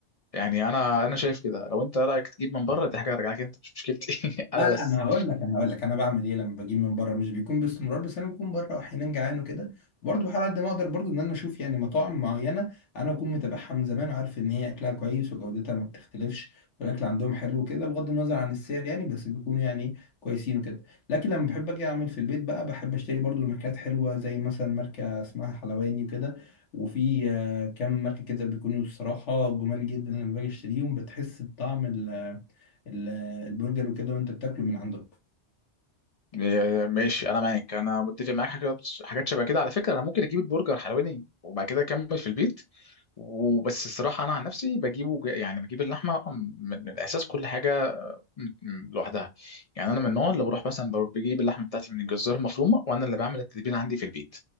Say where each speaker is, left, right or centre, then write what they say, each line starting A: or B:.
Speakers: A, on the left (about 55°); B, on the left (about 80°).
A: يعني انا انا شايف كده لو انت رايك تجيب من بره دي حاجه ارجع لك انت مش مشكلتي <laughs> انا
B: لا لا
A: بس
B: انا هقول لك انا هقول لك انا بعمل ايه لما بجيب من بره مش بيكون باستمرار بس انا بكون بره واحيانا جعان وكده برضه بحاول قد ما اقدر برضه ان انا اشوف يعني مطاعم معينه انا اكون متابعها من زمان وعارف ان هي اكلها كويس وجودتها ما بتختلفش والاكل عندهم حلو كده بغض النظر عن السعر يعني بس بيكونوا يعني كويسين وكده لكن لما بحب اجي اعمل في البيت بقى بحب اشتري برضه الماركات حلوه زي مثلا ماركه اسمها حلواني وكده وفي آه، كام ماركه كده بيكونوا الصراحه جمال جدا لما باجي اشتريهم بتحس بطعم ال ال- البرجر وكده وانت بتاكله من عندهم
A: إيه، ماشي انا معاك انا متفق معاك حاجات حاجات شبه كده على فكره انا ممكن اجيب البرجر حلواني وبعد كده اكمل في البيت وبس الصراحه انا عن نفسي بجيبه ج- يعني بجيب اللحمه من من الاساس كل حاجه م- م- لوحدها يعني انا من النوع اللي بروح مثلا بروح بجيب اللحمه بتاعتي من الجزار المفرومه وانا اللي بعمل التتبيله عندي في البيت